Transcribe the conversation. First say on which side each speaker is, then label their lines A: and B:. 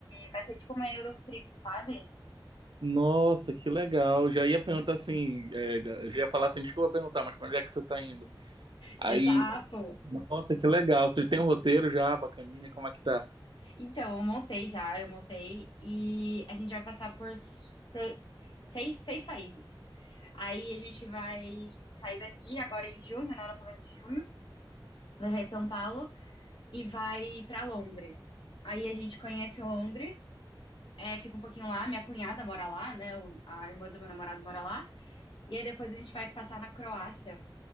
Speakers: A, on the left; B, on the right.
A: vai ser tipo uma Eurotrip, sabe?
B: Nossa, que legal. Já ia perguntar assim, é, já ia falar assim, desculpa perguntar, mas pra onde é que você tá indo? Aí,
A: Exato.
B: nossa, que legal. Você tem um roteiro já, bacaninha, como é que tá?
A: Então, eu montei já, eu montei. E a gente vai passar por se- seis, seis países. Aí a gente vai sair daqui agora em junho, né? No começo de junho. Vai sair de São Paulo. e vai pra Londres. Aí a gente conhece Londres, é, fica um pouquinho lá, minha cunhada mora lá, né? o- A irmã do meu namorado mora lá. E aí depois a gente vai passar na Croácia.